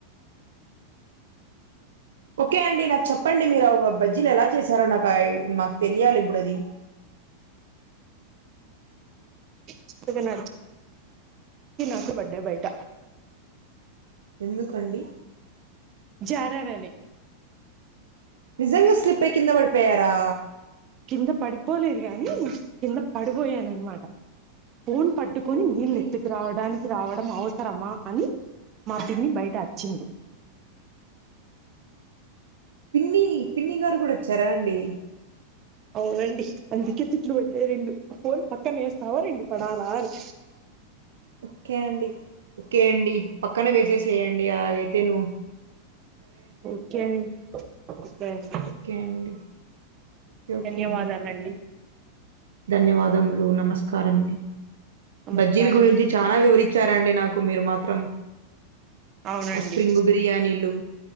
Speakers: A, on the right; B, on the right.
A: ఓకే అండి నాకు చెప్పండి మీరు అవి బజ్జీలు ఎలా చేశారో నాకి నాకు తెలియాలి ఇప్పుడు అది
B: చిక్కగా నడిచి నాకు బడ్డే బయట
A: ఎందుకండి
B: జారానని
A: నిజంగా స్లిప్ అయి కింద పడిపోయారా
B: కింద పడిపోలేదు గాని కింద పడబోయనన్న మాట ఫోన్ పట్ పట్టుకుని
A: ఓకే
B: నీళ్లు ఎత్తుకురావడానికి రావడం అవసరమా అని మా పిన్ని బయట అర్చింది
A: పిన్ని పిన్ని గారు కూడా వచ్చారా అండి
B: అవునండి అందుకే తిట్లు పడ్డాయి రెండు ఫోన్ పక్కన వేస్తావా రెండు పడాలా అని
A: ఓకే అండి ఓకే అండి పక్కన వేసేసేయండి అలాగైతే ను
B: ఓకే అండి ఒకే అండి
A: ఒకే అండి ఓకే ఓకే
B: ధన్యవాదాలండి
A: అండి ధన్యవాదములు నమస్కారం
B: నమస్కారం
A: బజ్జీలు గురించి చానా వివరి చారండి నాకు మీరు మాత్రం
B: అవునండి
A: ఆ స్ప్రింగ్ బిరియానీలు